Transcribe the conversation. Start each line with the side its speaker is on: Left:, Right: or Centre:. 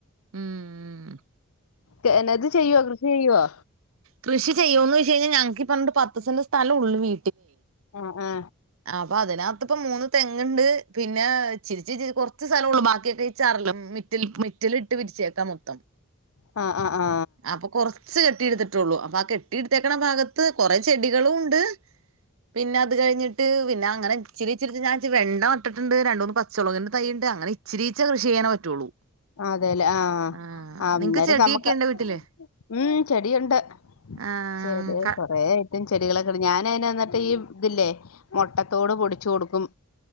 Right: ഉം
Left: ചെനത് ചെയ്യോ കൃഷിയ്യോ
Right: കൃഷിചെയ്യോന്ന് ചോദിചാ ഞങ്ങക് ഈ പറഞ്ഞ പത്ത് സെന്റ് സ്ഥലള്ളുവേ
Left: ആആ
Right: അ അപ്പൊ അതിനകത്ത് ഇപ്പ മൂന്ന് തെങ്ങ്ണ്ട് പിന്നെ ച്ചിരി ച്ചിരി കുറച്ച് സ്ഥലൊള്ളു ബാക്കിയൊക്കെ ചരളും മെറ്റൽ മെറ്റിലിട്ട് പിരിച്ചേക്കാ മൊത്തം
Left: ആ ആ
Right: അപ്പോ കുറ വച്ച് കെട്ടി എടുത്തിട്ടുള്ളൂ അപ്പൊ ആ കെട്ടി എടുത്തേക്കണ ഭാഗത്ത് കുറേ ചെടികളുണ്ട് പിന്നെ അത്കഴിഞ്ഞിട്ട് പിന്നെ അങ്ങനെ ഇച്ചിരി ഇച്ചിരി ഞാൻ വെണ്ട നട്ടിട്ടുണ്ട് രണ്ട് മൂന്ന് പച്ചളകിന്റെ തൈയ്യുണ്ട് അങ്ങനെ ഇച്ചിരിച്ചിരി കൃഷി ചെയ്യാനേ പറ്റുള്ളൂ
Left: അതെല്ലേ ആ
Right: ആഹ്
Left: അന്നേരം
Right: നിങ്ങക്ക് ചെടിയൊക്കെ
Left: നമുക്ക്
Right: ഇണ്ടോ വീട്ടില്
Left: ഉം ചെടിയുണ്ട്
Right: ആഹ്
Left: ചെടികൾ
Right: ക
Left: കൊറേ അയിറ്റം ചെടികളൊക്കെ ഞാനതിന എന്നിട്ട് ഇതില്ലേ മുട്ടത്തോട് പൊടിച്ചു കൊടുക്കും